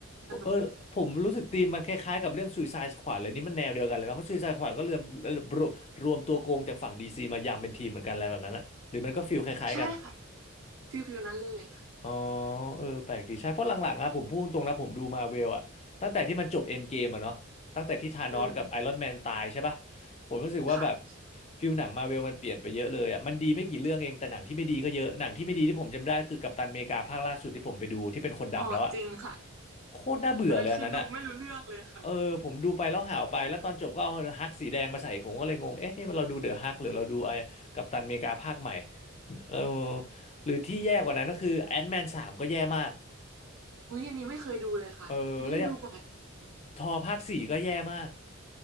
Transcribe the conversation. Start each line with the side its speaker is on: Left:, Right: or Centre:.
Right: สนุก
Left: เออผมรู้สึกธีมมันคล้ายๆกับเรื่อง Suicide Squad เลยนี่มันแนวเดียวกันเลยไหมเพราะ Suicide Squad ก็เริ่มเอ่อรวมรวมตัวโกงจากฝั่งดีซีมายำเป็นทีมเหมือนกันอะไรแบบนั้นอะหรือมันก็ฟีลคล้ายๆกัน
Right: ใช่ค่ะฟิลฟิลนั้นเลยค่ะ
Left: อ๋อเออแปลกดีใช่เพราะหลังๆอะผมพูดตรงนะผมดูมาเวลอะตั้งแต่ที่มันจบเอ็นเกมอะเนาะตั้งแต่ที่ธานอสกับไอรอนแมนตายใช่ปะ
Right: อืม
Left: ผมรู้สึกว่าแบบ
Right: ค่ะใช่
Left: ฟิลหนังมาเวลมันเปลี่ยนไปเยอะเลยอะมันดีไม่กี่เรื่องเองแต่หนังที่ไม่ดีก็เยอะหนังที่ไม่ดีที่ผมจำได้คือกัปตันอเมริกาภาคล่าสุดที่ผมไปดูที่เป็นคนดำแล้วอะ
Right: อ๋อจริงค่ะ
Left: โคตรน่าเบื่อเลยอันนั้นอ่ะ
Right: อันนั้นคือดูไม่รู้เรื่องเลยค่ะ
Left: เออผมดูไปแล้วหาวไปแล้วตอนจบก็เอาฮักสีแดงมาใส่ผมก็เลยงง เอ๊ะนี่มันเราดูเดอะฮักหรือเราดูไอ้กัปตันอเมริกาภาคใหม่เออหรือที่แย่กว่านั้นก็คือแอนแมนสามก็แย่มาก
Right: อุ๊ยอันนี้ไม่เคยดูเลยค่ะไม่ได้ดูเอบ่อยอ
Left: เออแล้วอยางทอภาคสี่ก็แย่มาก